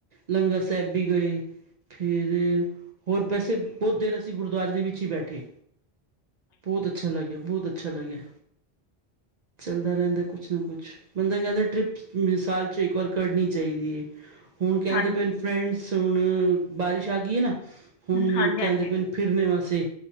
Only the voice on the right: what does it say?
ਲੰਗਰ ਸਾਹਿਬ ਵੀ ਗਏ ਫੇਰ ਹੋਰ ਪਾਸੇ ਬਹੁਤ ਦੇਰ ਅਸੀਂ ਗੁਰਦੁਆਰੇ ਦੇ ਵਿੱਚ ਹੀ ਬੈਠੇ ਬਹੁਤ ਅੱਛਾ ਲੱਗਿਆ ਬਹੁਤ ਅੱਛਾ ਲੱਗਿਆ। ਚਲਦਾ ਰਹਿੰਦਾ ਕੁਛ ਨਾ ਕੁਛ ਬੰਦਾ ਕਹਿੰਦਾ ਟ੍ਰਿਪ ਸਾਲ ਚ ਇੱਕ ਵਾਰ ਕਰਨੀ ਚਾਹੀਦੀ ਹੈ। ਹੁਣ ਕਹਿੰਦੇ
ਪਏ ਫਰੈਂਡਸ ਹੁਣ ਬਾਰਿਸ਼ ਆ ਗਈ ਹੈ ਨਾ ਹੁਣ
ਕਹਿੰਦੇ ਪਏ
ਫਿਰਨੇ ਵਾਸਤੇ